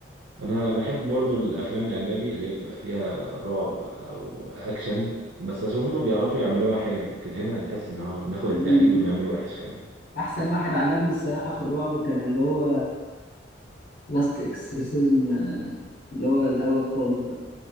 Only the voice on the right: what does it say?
انا بحب برضو الافلام الاجنبي اللي هي بتبقى فيها رعب او اكشن بس عشان هم بيعرفوا يعملوها حلو لكن هنا تحس ان هو بناخد
التقليد وبنعمله وحش كمان